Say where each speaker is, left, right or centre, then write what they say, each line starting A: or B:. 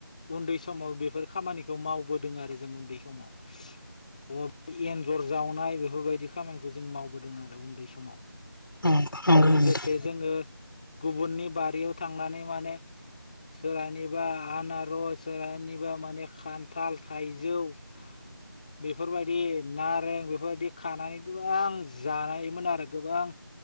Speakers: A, on the left (about 20°); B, on the left (about 70°).
A: उन्दै समाव बेफोर खामानिखौ मावबोदों आरो जों उन्दै समाव एन्जर जावनाय बेफोरबायदि खामानिखौ जों मावबोदों आरो उन्दै समाव
B: औ नंगौ
A: लोगोसे
B: नोंथां
A: जोङो गुबुननि बारियाव थांनानै माने सोरानिबा आनारस सोरानिबा माने खान्थाल थाइजौ <unintelligible> बेफोरबायदि नारें बेफोरबायदि खानानै गोबां जानायोमोन आरो गोबां